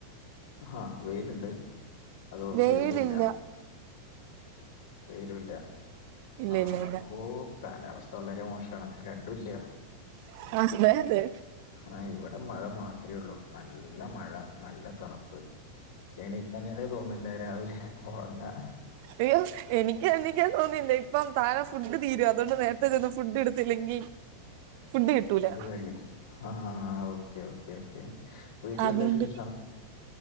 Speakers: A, on the left (about 65°); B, on the right (about 45°).
A: ആഹ് വെയിലുണ്ട് അതോ
B: വെയിലില്ല
A: വെയിലൂല്ല വെയിലൂല്ലാ
B: ഇല്ല
A: ആഹ്
B: ഇല്ല
A: അപ്പോ
B: ഇല്ല
A: കാലാവസ്ഥ വളരെ മോശമാണ് രണ്ടുല്ല
B: <unintelligible>
A: ആഹ് ഇവിടെ മഴ മാത്രേ ഒള്ളു നല്ല മഴ നല്ല തണുപ്പ് എണീക്കാനേ തോന്നില്ല രാവിലെ ഒറങ്ങാ
B: അയ്യോ എനിക്ക് എണീക്കാൻ തോന്നിയില്ല ഇപ്പം താഴെ ഫുഡ് തീരും അതുകൊണ്ട് നേരത്തെ ചെന്ന് ഫുഡ് എടുത്തില്ലെങ്കി ഫുഡ് കിട്ടൂല
A: അത് കഴിയും ആഹ് ഓക്കേ ഓക്കെ ഓക്കേ വീട്ടിലെന്താ
B: അതുകൊണ്ട്
A: വിശേഷം.